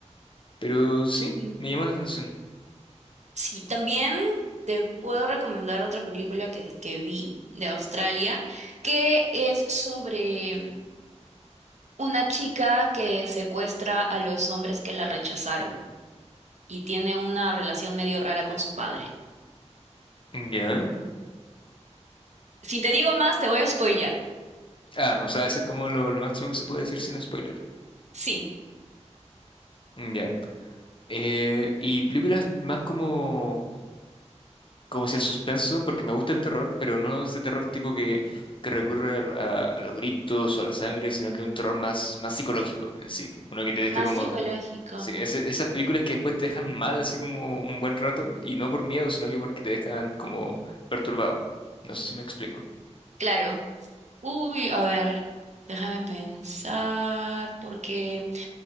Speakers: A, on the left (about 45°); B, on the right (about 75°).
A: Pero sí,
B: Y
A: me llama la atención.
B: sí, también te puedo recomendar otra película que, que vi de Australia, que es sobre una chica que secuestra a los hombres que la rechazaron y tiene una relación medio rara con su padre.
A: Ya.
B: Si te digo más, te voy a spoilear.
A: Ah, o sea, ese es como lo, lo máximo que se puede decir sin spoiler.
B: Sí,
A: Ya. Eh, y películas más como, como si el suspenso, porque me gusta el terror, pero no ese terror tipo que, que recurre a, a los gritos o a la sangre, sino que un terror más, más psicológico en sí. Uno que te deje
B: más
A: como...
B: psicológico.
A: Sí, ese- esas películas que después te dejan mal así como un buen rato, y no por miedo, sino que porque te dejan como perturbado. No sé si me explico.
B: Claro. Uy, a ver, déjame pensar, porque...